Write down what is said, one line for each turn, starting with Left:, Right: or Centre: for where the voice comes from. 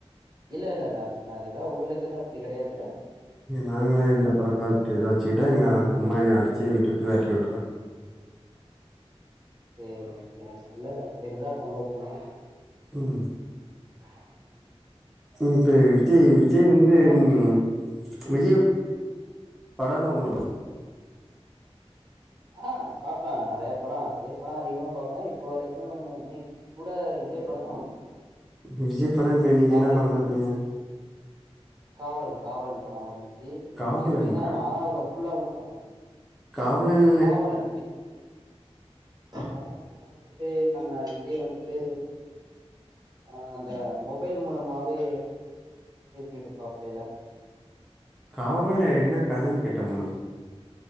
Right: இல்ல இல்ல இல்ல அப்டில்லா அதெல்லா உங்களுக்குதா அப்டி கெடையாதுல
Centre: நாங்களா இந்த பழக்காரட்ட இத வெச்சு கிட்டா எங்க அ அம்மா என்ன அடிச்சே வீட்ட விட்டு வெரட்டி உட்ருவாங்க
Right: சேரிங்க சேரிங்க நல்லது அப்படி இருந்தா சந்தோஷந்தா
Centre: ம்
Right: ம்
Centre: இப்ப விஜய் விஜய் வந்து
Right: அப்புறம்
Centre: ம் விஜய் படல்லா ஒன்னு
Right: ஆ பாப்ப நெறையா பட விஜய் பட அதிகமா பாப்ப இப்ப வரைக்கு இன்னைக் கு கூட விஜய் படந்தா ஓடுது
Centre: விஜய்
Right: அ டி
Centre: பட
Right: வில
Centre: இப்ப இன்னைக்கு
Right: காவலன்
Centre: என்னா படம் பாத்திங்க
Right: காவலன் காவலன் படோ ஒந்ச்சி இன்னைக்கி
Centre: காவலன்
Right: ஈவினிங்கிதா நா ரோ ஃபுல்லாலா பாக்கல
Centre: காவ்லன்
Right: காவலன் விஜ் காவலன்ல வந்துட்டு நம்ம விஜய் வந்துட்டு ஆ அந்த மொபைல் மூலமாவே பேசிகிட்ருப்பாப்லே இல
Centre: காவல்ன என்னக் கதனு கேட்ட முனு